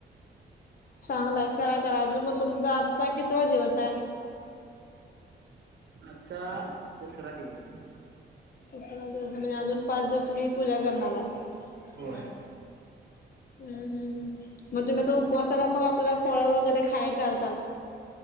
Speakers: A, on the left; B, on the right.
A: चांगला आहे. करा- करा अजुन, मग तुमचा आजचा कितवा दिवस आहे?
B: आजचा दुसरा दिवस.
A: दुसरा दिवस म्हणजे अजुन पाच दिवस तुम्ही पुजा करणार हाय.
B: होय
A: ह्म ह्म ह्म. मग तुम्ही तो उपवासाला मग आपल्याला फळं वगैरे खाया चालतात.